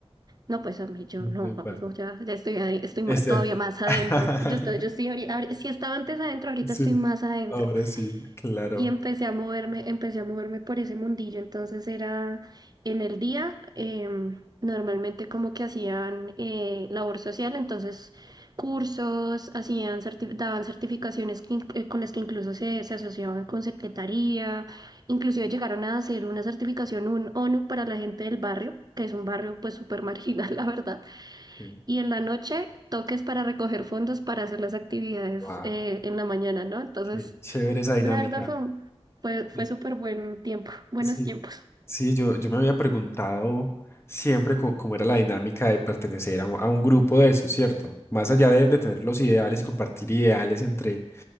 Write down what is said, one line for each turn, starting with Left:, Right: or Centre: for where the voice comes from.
Right: No, pues a mí yo
Left: ujú,
Right: no, amigo,
Left: Batman.
Right: ya, ya estoy, ahí- estoy
Left: Es
Right: ma-
Left: cierto.
Right: todavía más adentro.
Left: <laughs>
Right: Yo, to- yo estoy ahorita, ahori- si estaba antes adentro, ahorita
Left: Sí,
Right: estoy más adentro.
Left: ahora sí, claro.
Right: Y empecé a moverme, empecé a moverme por ese mundillo. Entonces era en el día, em, normalmente como que hacían eh, labor social, entonces cursos, hacían, certi- daban certificaciones que inc- eh, con las que incluso se, se asociaban con secretaría. Inclusive llegaron a hacer una certificación un ONU para la gente del barrio, que es un barrio pues súper marginal, <laughs> la verdad
Left: Sí.
Right: y en la noche, toques para recoger fondos para hacer las actividades
Left: Guau,
Right: eh, en la mañana, ¿no? Entonces,
Left: qué chévere esa dinámica.
Right: la verdad fue, un- fue, fue
Left: Sí,
Right: súper buen tiempo, buenos
Left: sí,
Right: tiempos.
Left: sí, yo, yo me había preguntado siempre co- cómo era la dinámica de pertenecer a un, a un grupo de eso, ¿cierto? Más allá de, de tener los ideales y compartir ideales entre,